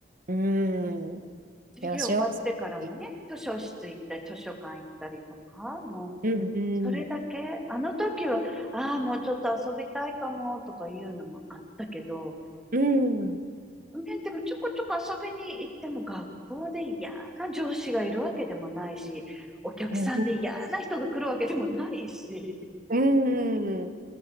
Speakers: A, on the right; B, in the centre.
A: うん。い
B: 授業終わってからもね、
A: や、幸せ。
B: 図書室行ったり、図書館行ったりとか、もう、
A: うん、うん、
B: それだけ、あの時は、ああ、もうちょっと遊びたいかも、とかいうのもあったけど、
A: うん、
B: ね、でもちょこちょこ遊びに行っても学校で嫌な上司がいるわけでもないし、お客さんで嫌な人が来るわけでもないし、
A: うん、うん。